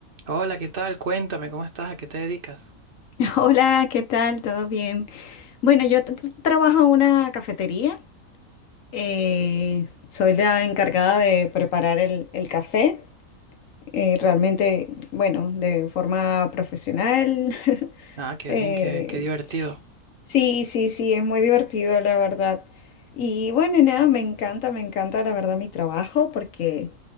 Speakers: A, on the right; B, on the left.
A: Hola, ¿qué tal? Cuéntame, ¿cómo estás? ¿A qué te dedicas?
B: <laughs> Hola, ¿qué tal? ¿Todo bien? Bueno, yo t- trabajo en una cafetería. eh, soy la encargada de preparar el, el café eh, realmente, bueno, de forma profesional. <laughs>
A: Ah, qué
B: Eh,
A: bien, qué, qué divertido.
B: s- sí, sí, sí, es muy divertido, la verdad. Y bueno, nada, me encanta, me encanta, la verdad, mi trabajo porque,